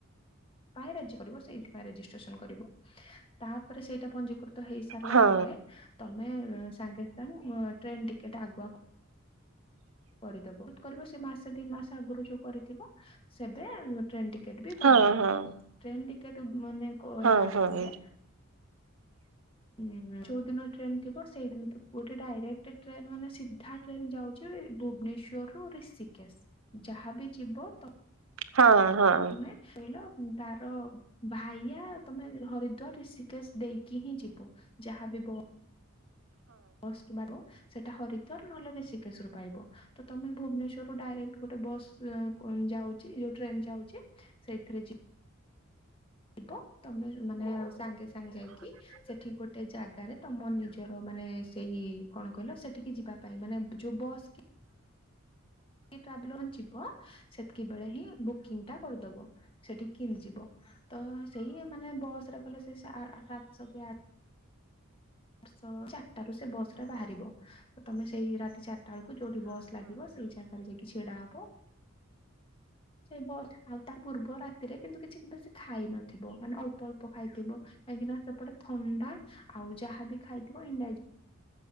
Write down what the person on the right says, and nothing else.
ହଁ
ହଁ
ହଁ
ହଁ ହଁ।
ହଁ ହଁ।
<inaudible>